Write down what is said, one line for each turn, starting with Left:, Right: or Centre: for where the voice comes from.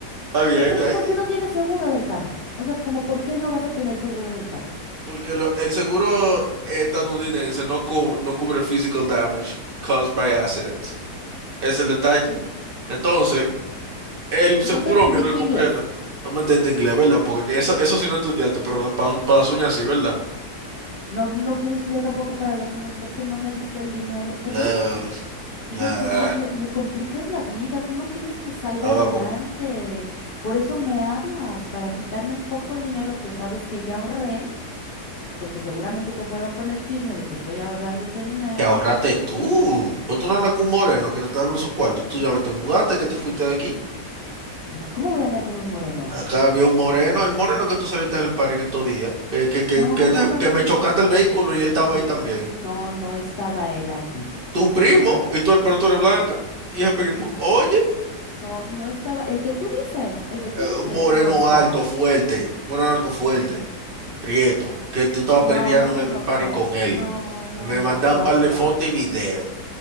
Right: Está bien,
Left: Y aparte,
Right: ay,
Left: ¿por qué no tienes seguro del carro? O sea, como, ¿por qué no vas a tener seguro del carro?
Right: porque lo- el seguro estadounidense no cubre, no cubre physical damage caused by accident. Es el detalle. Entonces, el
Left: No
Right: seguro
Left: te entendí
Right: mío no
Left: tu
Right: es completo.
Left: inglés.
Right: No me entiendes inglés, ¿verdad? Porque eso, eso sí no estudiaste, pero la pa- para las uñas sí, ¿verdad?
Left: No, no pude estudiar tampoco para las uñas. ¿Por qué no me diste el dinero? O sea,
Right: Ah,
Left: ¿ves? O sea,
Right: ah.
Left: tú- me, me- me complicas la vida. Tú no quieres que salga
Right: Estaba
Left: adelante.
Right: con...
Left: Por eso me hablas, para quitarme el poco dinero que sabes que ya ahorré, porque seguramente te fueron con el chisme de que estoy ahorrando ese dinero.
Right: que ahorraste tú. Pues tú no andas con un moreno que te está dando esos cuartos. Tú ya te mudaste, que te fuiste de aquí.
Left: No, ¿Cómo voy a andar con un moreno?
Right: Acá había un moreno, el moreno que tú saliste en el party en estos días, que, que, que,
Left: No,
Right: que, te-
Left: no,
Right: que
Left: no, no.
Right: me
Left: no.
Right: chocaste el vehículo
Left: Es, es,
Right: y él estaba
Left: es mi
Right: ahí también.
Left: primo. No, no estaba él allí.
Right: Tu primo,
Left: No, no, no,
Right: y tú,
Left: no.
Right: pero tú eres blanca, y el primo,
Left: N-
Right: oye,
Left: No, no estaba. El que tú dices, el que tú
Right: eh,
Left: dices,
Right: moreno
Left: no estaba.
Right: alto, fuerte, moreno alto, fuerte, prieto, que tú estabas perreando
Left: No, no conozco.
Right: en el, el party con él.
Left: No, no,
Right: Y me
Left: no.
Right: mandan
Left: Yo,
Right: un par de
Left: no,
Right: fotos
Left: no,
Right: y videos
Left: no.